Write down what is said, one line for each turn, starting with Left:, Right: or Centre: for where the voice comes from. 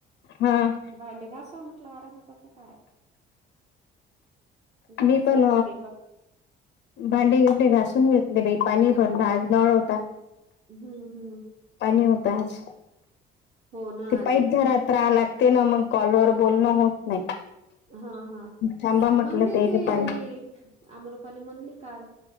Left: हा.
Right: भांडे घाासावा, म्हटलं आरामत, आता काय. झालं
Left: मी पण,
Right: स्वयंपाक गियपाक
Left: भांडेबीडे घासून घेतले बाई, पाणी भरलं आज, नळ
Right: हम्म हम्म
Left: पाणी होत आज,
Right: हो नळ
Left: ते
Right: आले
Left: पाईप
Right: होते
Left: धरात करा लागते ना, मग कॉल वर बोलणं होत नाही.
Right: हा हा,
Left: थांबा म्हटलं
Right: म्हणले,
Left: तेल
Right: ते
Left: पाणी
Right: हि आमरपाली म्हणली काल.